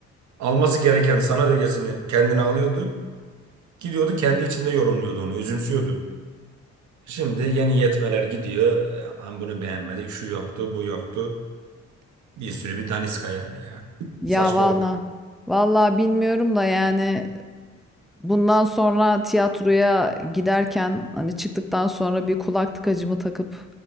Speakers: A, on the right; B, in the centre.
A: Alması gereken sanat ögesini kendine alıyordu. Gidiyordu kendi içinde yorumluyordu onu, özümsüyordu. Şimdi yeni yetmeler gidiyor. Aman bunu beğenmedik, şu yoktu, bu yoktu. Bir sürü bir daniska yani ya.
B: Ya
A: Saçmalık.
B: valla. Valla bilmiyorum da yani bundan sonra tiyatroya giderken hani çıktıktan sonra bir kulak tıkacımı takıp